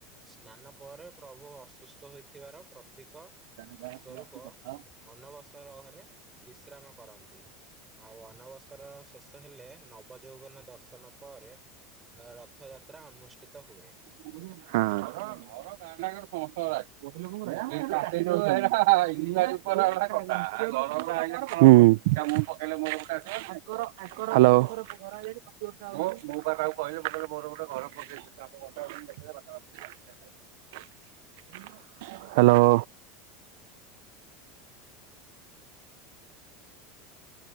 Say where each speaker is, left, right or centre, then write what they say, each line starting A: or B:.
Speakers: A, on the right; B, on the right.
A: ସ୍ନାନ ପରେ ପ୍ରଭୁ ଅସୁସ୍ଥ ହୋଇଥିବାର ପ୍ରତୀକ
B: ଯାହା ସବୁ
A: ସ୍ୱରୂପ
B: ଆସୁ କଥାହୋ।
A: ଅନବସର ଘରେ। ବିଶ୍ରାମ କରନ୍ତି ଆଉ ଅନବସର ଶେଷ ହେଲେ ନବଯୌବନ ଦର୍ଶନ ପରେ ରଥଯାତ୍ରା ଅନୁଷଷ୍ଟିତ ହୁଏ।
B: ‌ହଁ। ଘର ଗାଁଟାନାଖାର ସମସ୍ତଙ୍କର ଆସିଥିବ? <inaudible> ହୁଁ ହାଲୋ। ମୁଁ ମୁଁ ତାକୁ କହିଲି ମୋର ଗୋଟେ ଘର ପକେଇ ଦେ। ସିଏ ଆମ ଘର ଟାକୁ କେମିତି ଦେଖିଦେଲା। ହାଲୋ।